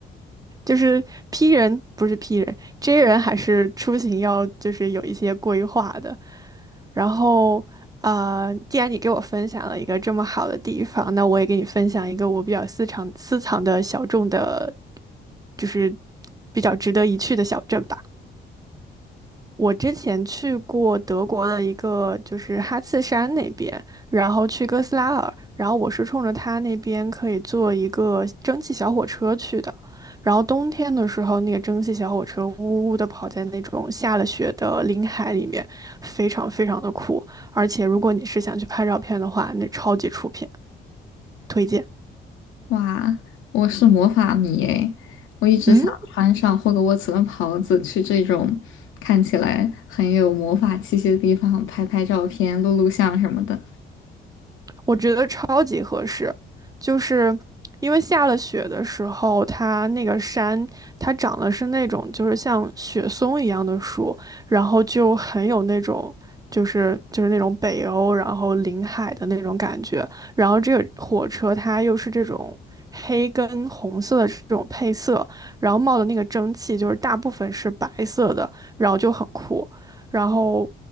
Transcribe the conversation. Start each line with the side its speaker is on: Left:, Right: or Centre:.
Right: 就是 P 人不是 P 人，J 人还是出行要就是有一些规划的。然后，啊，既然你给我分享了一个这么好的地方，那我也给你分享一个我比较私藏私藏的小众的，就是比较值得一去的小镇吧。我之前去过德国的一个，就是哈茨山那边，然后去哥斯拉尔，然后我是冲着他那边可以坐一个蒸汽小火车去的，然后冬天的时候，那个蒸汽小火车呜呜的跑在那种下了雪的林海里面，非常非常的酷，而且如果你是想去拍照片的话，那超级出片，推荐。
Left: 哇，我是魔法迷诶，我一直想穿上霍格沃茨的袍子，
Right: 嗯，
Left: 去这种看起来很有魔法气息的地方拍拍照片、录录像什么的。
Right: 我觉得超级合适，就是因为下了雪的时候，它那个山它长的是那种就是像雪松一样的树，然后就很有那种就是就是那种北欧然后临海的那种感觉，然后这个火车它又是这种。黑跟红色的这种配色，然后冒的那个蒸汽就是大部分是白色的，然后就很酷。然后